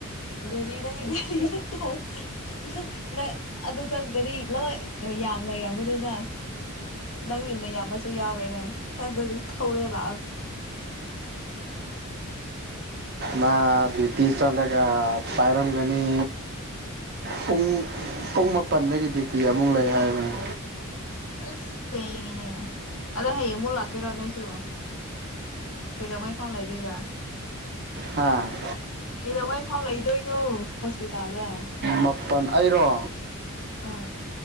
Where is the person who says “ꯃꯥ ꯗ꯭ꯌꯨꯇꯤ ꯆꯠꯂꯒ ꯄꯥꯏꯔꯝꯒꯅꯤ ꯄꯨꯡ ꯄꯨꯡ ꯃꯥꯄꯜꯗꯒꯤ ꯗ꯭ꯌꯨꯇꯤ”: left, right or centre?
Right